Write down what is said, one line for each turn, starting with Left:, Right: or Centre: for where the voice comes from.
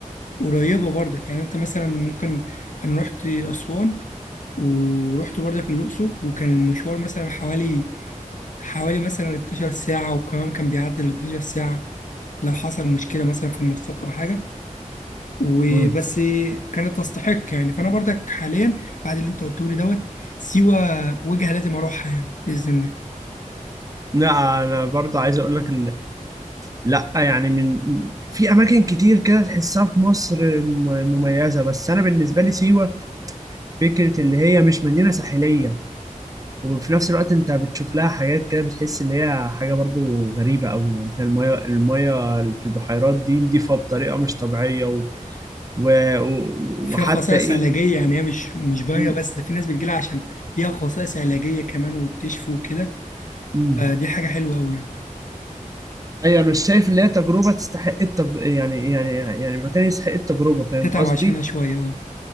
Left: قريبة برضك يعني أنت مثلا ممكن أنا رحت أسوان ورحت برضك الأقصر وكان المشوار مثلا حوالي حوالي مثلا 12 ساعة وكمان كان بيعدي ال 12 ساعة لو حصل مشكلة مثلا في المواصلات أو حاجة وبس
Right: مم.
Left: كانت تستحق يعني فأنا برضك حاليا بعد اللي أنت قلته لي دوت سيوة وجهة لازم أروحها يعني بإذن الله
Right: لا انا برضه عايز اقول لك لا يعني من في اماكن كتير كده تحسها في مصر م- مميزه بس انا بالنسبه لي سيوه فكره اللي هي مش مدينه ساحليه وفي نفس الوقت انت بتشوف لها حاجات كده بتحس ان هي حاجه برضو غريبه قوي يعني في الميه الميه في البحيرات دي نضيفه بطريقه مش طبيعيه و... و... و-
Left: فيها
Right: وحتى
Left: خصائص
Right: ايه
Left: علاجية يعني هي مش مش باية
Right: م-
Left: بس ده في ناس بتجيلها عشان ليها خصائص علاجية كمان وبتشفي وكده
Right: م.
Left: آه، دي حاجة حلوة أوي يعني
Right: ايوه انا شايف ان هي تجربه تستحق التج... يعني يعني يعني مكان يستحق التجربه فاهم
Left: تتعب
Right: قصدي
Left: عشانها شوية أه